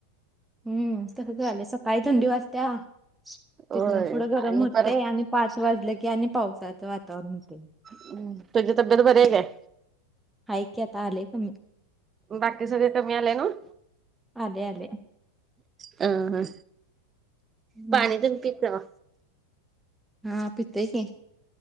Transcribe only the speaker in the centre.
हम्म तसचं व्हालयं सकाळी थंडी वाजत्या
तिथनं पुढं गरम
होतंय
आणि पाच वाजले की आणि पावसाचं वातावरण हुतयं.
हाय की आता आलंय कमी.
आलंय आलंय.
हम्म
हा पितोय की.